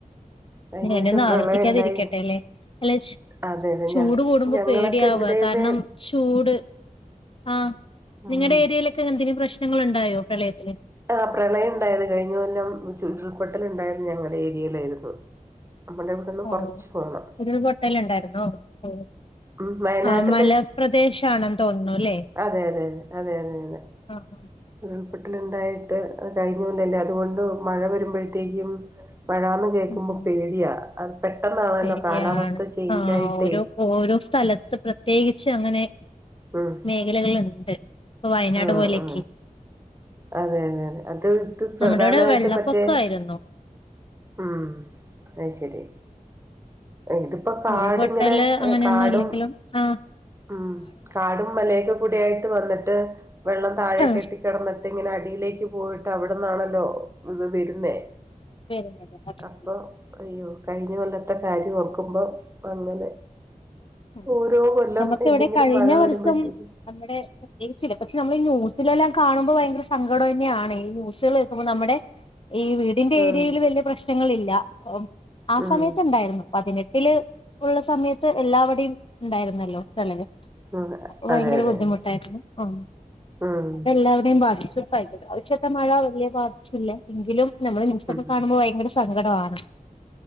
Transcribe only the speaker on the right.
കഴിഞ്ഞ
വർഷം പ്രളയം
ഉണ്ടായി
അതെ അതെ
ഞ
ഞങ്ങളൊക്കെ
എന്റെ ദൈവമേ
ഉം
ആഹ പ്രളയം ഉണ്ടായത് കഴിഞ്ഞ കൊല്ലം ഉരുൾപൊട്ടല് ഉണ്ടായത് ഞങ്ങളുടെ ഏരി <unintelligible> മുണ്ടയത്തു നിന്നും
കൊറച്ചു പോണം
ഉ വയനാട്ടില്
അതെഅതെ അതെഅതെ
ഉരുൾപെട്ടലുണ്ടായി
കഴിഞ്ഞകൊല്ലല്ലേ അതുകൊണ്ട് മഴ വരുമ്പോഴത്തെ ക്കും മഴാന്ന് കേൾക്കുമ്പോ
പേടിയാ അ പെട്ടെന്നാണല്ലോ
കാലാവസ്ഥ ചേയ്ഞ്ച്
ആയിട്ടേ
ഉം
ആ
ആ അതെ അതെ അതെ അത് ഇത് പ്രധാനായിട്ട്
മറ്റേ ഉം അയ്ശരി ഇതിപ്പോ കാടങ്ങിനെ
കാടും
ഉം കാടും മലയൊക്കെ കൂടിയായിട്ട് വന്നിട്ട് വെള്ളം താഴെ
കെട്ടിക്കിടന്നിട്ട് ഇങ്ങനെ അടിയിലേക്ക് പോയിട്ട് അവിടെ അവിടന്നാണല്ലോ ഇ വരുന്നേ
അപ്പൊ
അയ്യോ കഴിഞ്ഞ കൊല്ലത്തെ കാര്യം ഓർക്കുമ്പോ അങ്ങനെ
ഓരോ കൊല്ലം
എന്തെങ്കിലും
മഴ വരുമ്പോഴത്തേക്കും
ഉം
ഉം
ഉം
അതെ അതെ
അതെ
ഉം
ഉം